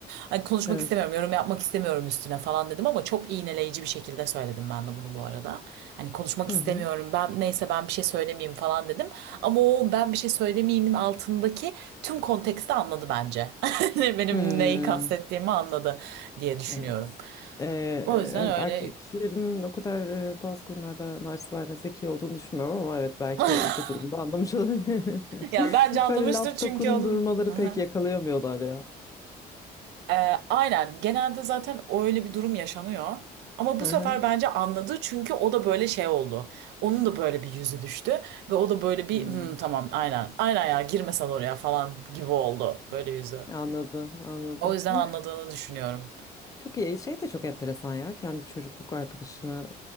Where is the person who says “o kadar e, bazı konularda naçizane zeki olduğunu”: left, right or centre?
Left